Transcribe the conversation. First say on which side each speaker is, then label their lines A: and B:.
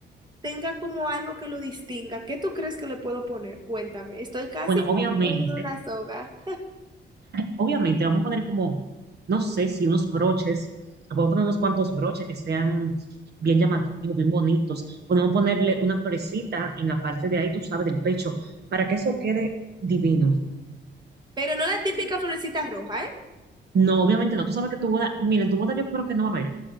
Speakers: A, on the right; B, on the right.
A: tenga como algo que lo distinga. ¿Qué tú crees que le puedo poner? Cuéntame. Estoy casi,
B: Bueno,
A: casi
B: obviamente,
A: poniendo una soga.
B: obviamente, vamos a poner como, no sé si unos broches, podemos poner unos cuantos broches que sean bien llamativos, bien bonitos. Podemos ponerle una florecita en la parte de ahí, tú sabes, del pecho, para que eso quede divino.
A: Pero no la típica florecita roja, ¿eh?
B: No, obviamente no. Tú sabes que tu boda, mira, en tu boda yo creo que no va a haber